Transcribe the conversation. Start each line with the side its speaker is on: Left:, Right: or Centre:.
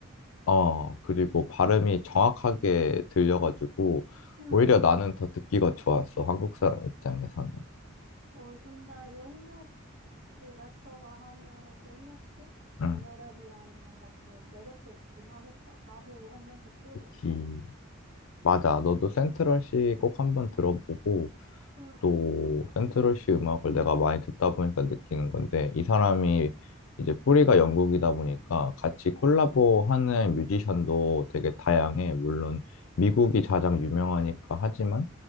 Left: 어, 그리고 발음이 정확하게 들려가지고,
Right: 응.
Left: 오히려 나는 더 듣기가 좋았어. 한국 사람 입장에서는.
Right: 어, 근데 영국 그 래퍼가 하는 영국식 영어
Left: 응.
Right: 랩이라니 뭔가 좀 매력적이긴 하겠다. 나도 한번 듣고
Left: 특히
Right: 싶어.
Left: 맞아. 너도 센트럴시 꼭 한번 들어보고
Right: 응,
Left: 또 센트럴시 음악을 내가 많이 듣다 보니까 느끼는 건데 이 사람이 이제 뿌리가 영국이다 보니까 같이 콜라보하는 뮤지션도 되게 다양해. 물론 미국이 가장 유명하니까 하지만